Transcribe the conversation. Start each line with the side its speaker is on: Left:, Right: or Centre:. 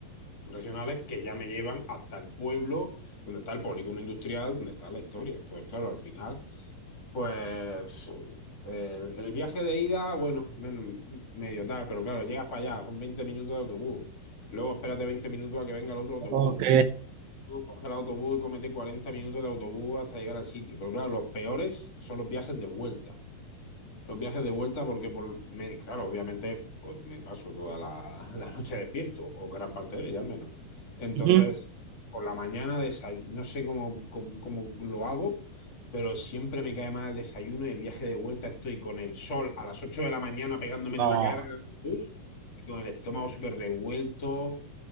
Left: regionales que ya me llevan hasta el pueblo donde está el polígono industrial, donde está la historia. Entonces, claro, al final, pues el, el viaje de ida, bueno, menos, medio tal, pero claro, llegas para allá, son 20 minutos de autobús. Luego espérate 20 minutos a que venga el otro autobús.
Right: ok.
Left: Luego coge el autobús, comete 40 minutos de autobús hasta llegar al sitio. Pero claro, los peores son los viajes de vuelta los viajes de vuelta, porque por, me- claro, obviamente, pues me paso toda la, <laughs> la noche despierto, o gran parte de ella al menos. Entonces,
Right: Ujú.
Left: por la mañana desay- no sé cómo, cómo, cómo lo hago, pero siempre me cae mal el desayuno y el viaje de vuelta estoy con el sol a las 8 de la mañana pegándome
Right: No,
Left: en la cara en el bus y con el estómago súper revuelto,